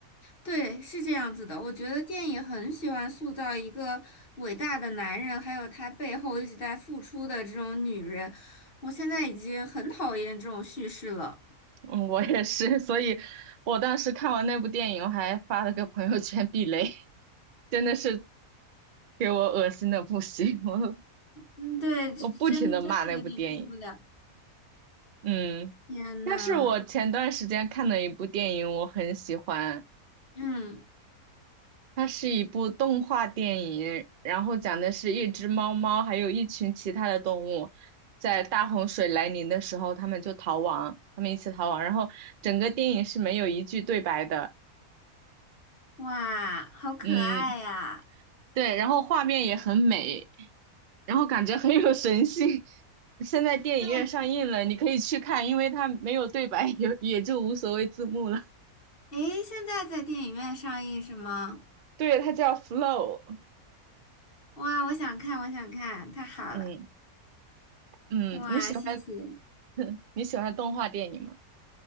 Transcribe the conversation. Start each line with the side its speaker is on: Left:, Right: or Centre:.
Left: 对，是这样子的。我觉得电影很喜欢塑造一个伟大的男人，还有他背后一直在付出的这种女人。我现在已经很讨厌这种叙事了。
Right: 嗯，我也是，所以我当时看完那部电影，我还发了个朋友圈避雷，真的是给我恶心的不行，我
Left: 嗯，对，真真的有点受不了。
Right: 我不停的骂那部电影。嗯，
Left: 天呐，
Right: 但是我前段时间看的一部电影，我很喜欢，
Left: 嗯，
Right: 它是一部动画电影，然后讲的是一只猫猫还有一群其他的动物，在大洪水来临的时候，他们就逃亡，他们一起逃亡，然后整个电影是没有一句对白的，
Left: 哇，好可爱呀！
Right: 嗯，对，然后画面也很美，然后感觉很有神性。<laughs> 现在电影院上映了，
Left: 对，
Right: 你可以去看，因为它没有对白，也也就无所谓字幕了。
Left: 诶，现在在电影院上映是吗？
Right: 对，它叫《Flow》。
Left: 哇，我想看，我想看，太好了！
Right: 嗯嗯，
Left: 哇，
Right: 你喜欢
Left: 谢谢，
Right: <laughs> 你喜欢动画电影吗？